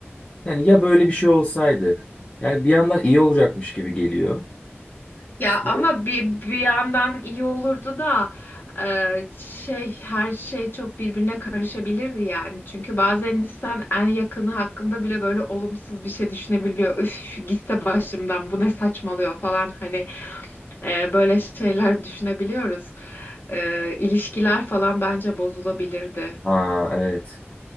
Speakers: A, on the left (about 30°); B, on the left (about 50°).
A: yani ya böyle bir şey olsaydı. Yani bir yandan iyi olacakmış gibi geliyor.
B: Ya
A: İşte
B: ama bir, bir yandan iyi olurdu da e, şey her şey çok birbirine karışabilirdi yani. Çünkü bazen insan en yakını hakkında bile böyle olumsuz bir şey düşünebiliyor. Üf gitse başımdan bu ne saçmalıyor falan hani. Ee, böyle şeyler düşünebiliyoruz. Ee, ilişkiler falan bence bozulabilirdi.
A: ha evet.